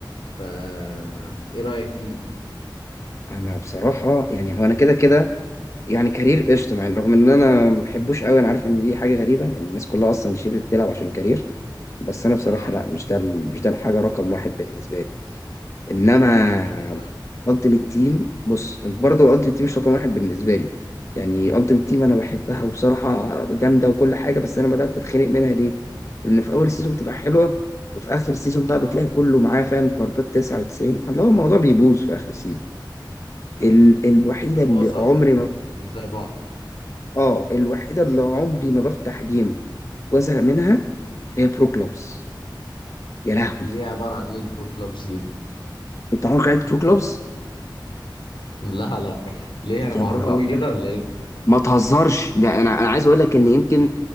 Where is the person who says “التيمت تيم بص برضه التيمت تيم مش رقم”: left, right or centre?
Left